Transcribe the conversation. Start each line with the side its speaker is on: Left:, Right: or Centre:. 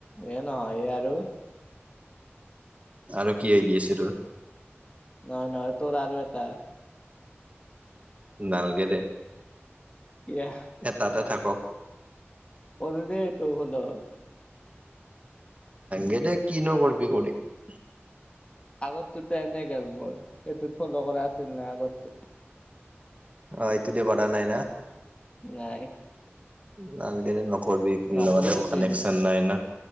Left: এ নহয়ে আৰু
Right: আৰু কি আইডি আছে তোৰ?
Left: নাই - নাই তোৰ আৰু এটা
Right: নালগে দে
Left: এয়া
Right: এটাতে থাকক।
Left: অৰুদহেতটো হল <unintelligible>
Right: গে দে ক নোকৰবি কৰি <unintelligible>
Left: আগৰটো এনেই গেল মোৰ, সেইটোত ফল' কৰা আছিল নাই আগৰটোত
Right: অ, এইটো দি কৰা নাই না?
Left: নাই
Right: নালগেদে, <unintelligible>
Left: নকৰো
Right: লগতে একো
Left: এইটোৱেদি
Right: কানেকচন নাই ন?